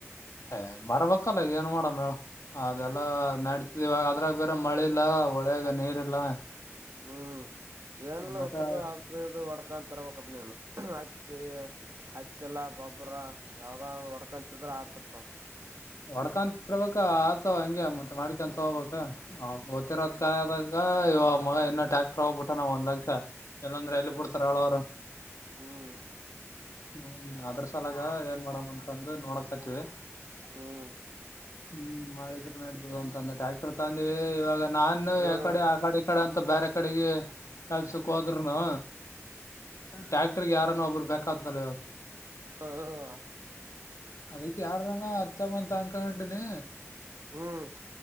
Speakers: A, on the left; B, on the right.
A: ಏ ಬರ್ಬೇಕಲ್ಲ ಏನ್ ಮಾಡೋ ಮೇಳ ಅದೆಲ್ಲ ನಡತದ ಇವಾಗ ಅದ್ರಾಗ ಬೇರೆ ಮಳೆ ಇಲ್ಲ. ಹೊಳೆಯಾಗ ನೀರಿಲ್ಲಾ
B: ಹ್ಮ್ ಏನಲ್ಲ
A: ಮತ್ತೆ
B: ಹೊಸಗು ಆದ ಒಡ್ಕತ ಅ ತರ್ಬೇಕಪ್ಪ ನೀನು ಹತ್ತಿ ಅಕ್ಕಿಲ್ಲಾ ಗೊಬ್ಬರ ಯಾವ್ದ ಹೊಡ್ಕಂತಿದ್ರ ಆತರ್
A: ಹೊಡ್ಕಂತರ್ಬೇಕ ಅದ್ ಹಂಗೆ ಮತ್ತೆ ಮಾಡಕೆಂತ ಹೋಗ್ಬೇಕ ಅವಾಗ ಗೊತ್ತಿರೋದ ಕದಾಗ ಇವ ಮಗ ಇನ್ನ ಟ್ಯಾಕ್ಟರ್ ಹೋಗ್ಬ ಕೊಟ್ಟನ ನಾವ್ ಒಂದ್ ಲಕ್ಷ ಇಲ್ಲಂದ್ರೆ
B: ಹ್ಮ್
A: ಎಲ್ಲಿ ಕೊಡ್ತಾರ ಹೇಳ್ ಅವರು
B: ಹ್ಮ್
A: ಹ್ಮ್ ಅದ್ರ ಸಲಾಗ ಏನ್ ಮಾಡೇಡಮ್ ಅಂತಂದು ನೋಡಕತಿವಿ.
B: ಹ್ಮ್
A: ಹ್ಮ್ ಮಾಡಿದ್ರೆ ನಡತದ ಅಂತಂದ ಟ್ಯಾಕ್ಟರ್ ತಂದಿವವಿ ಇವಾಗ ನಾನು
B: ಹ್ಮ್
A: ಯಕಡೆ ಆ ಕಡೆ ಕಡೆ ಅಂತ ಬೇರೆ ಕಡೆಗೆ ಕೆಲ್ಸಕ್ ಹೋದರುನು ಟ್ಯಾಕ್ಟರ್ಗೆ ಯಾರನ್ನೋ ಒಬ್ಬರು ಬೇಕಾತಲ್ಲ ಇವಾಗ್
B: ಹ್ಮ್
A: ಅದಕ್ಕೆ ಯಾರಾನ ಹಚ್ಚಮ್ ಅಂತ ಅನ್ಕಕೊಂಡೀನಿ
B: ಹ್ಮ್